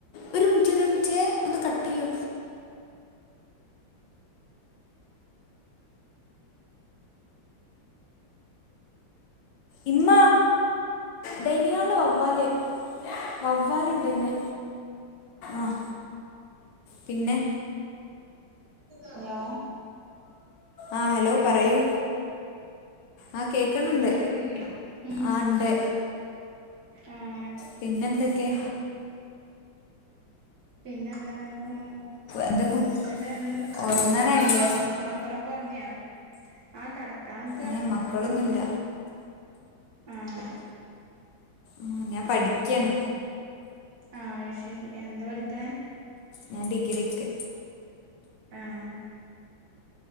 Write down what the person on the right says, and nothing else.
ഹലോ
ആഹ്
കേക്കുന്നില്ലേ
ഉം
ആഹ്
പിന്നെ എന്താണ് പണി
ഇന്നട്ട് എന്ന്
മക്കളൊക്കെ ഒറങ്ങ്യൊ ആ കടക്കാൻറ്റാ
ആഹ്
ആഹ് അയ്ശെരി എന്താ പഠിക്ക്ണേ
ആഹ്